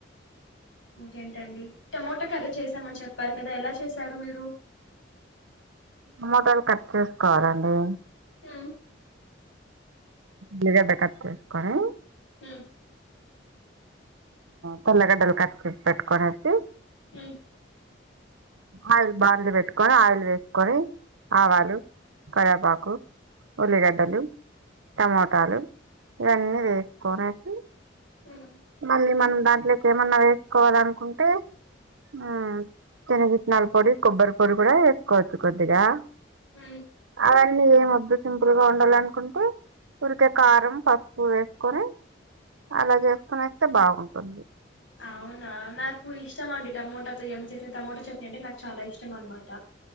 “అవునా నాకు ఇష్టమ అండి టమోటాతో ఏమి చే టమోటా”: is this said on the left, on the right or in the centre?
Left